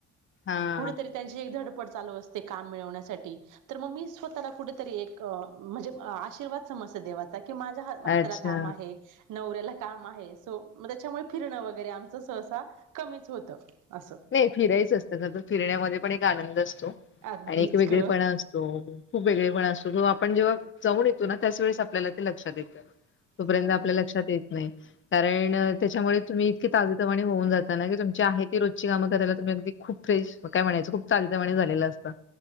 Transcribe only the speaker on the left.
हा
अच्छा
नाही फिरायच असतं खर तर फिरण्यामध्ये पण एक आनंद असतो
आणि एक वेगळेपणा
असतो. तो खूप वेगळेपण असतो तो आपण जेव्हा जाऊन येतो ना त्याच वेळेस आपल्याला ते लक्षात येतो. तोपर्यंत
आपल्या लक्षात येत - नाही कारण त्याच्यामुळे तुम्ही इतकी ताजेतवाने होऊन जाता ना की तुमची आहे ती रोज - का करायला तुम्ही. अगदी खूप फ्रेश काय म्हणायच खूप ताजेतवाने झालेलं असतां